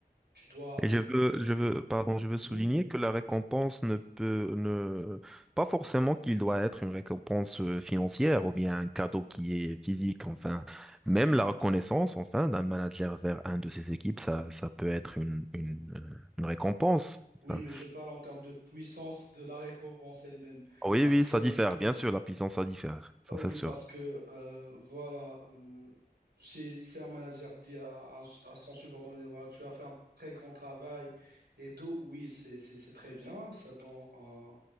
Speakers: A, on the right (about 80°); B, in the centre.
A: tu dois
B: Et je veux, je veux, pardon, je veux
A: Mhm.
B: souligner que la récompense ne peut, ne, pas forcément qu'il doit être une récompense euh, financière ou bien un cadeau qui est physique, enfin, même la reconnaissance, enfin, d'un manager vers un de ses équipes, ça, ça peut être une, une, euh, une récompense.
A: oui,
B: Enfin,
A: mais je parle en termes de puissance de la récompense elle-même.
B: Oui,
A: Parce
B: oui,
A: que,
B: ça diffère, bien sûr, la puissance, ça diffère, ça
A: ah oui,
B: c'est sûr.
A: parce que, euh, voilà, euh, si, si un manager dit à, à- à son subordonné, voilà, tu as fait un très grand travail et tout, oui, c'est, c'est, c'est très bien, ça donne un,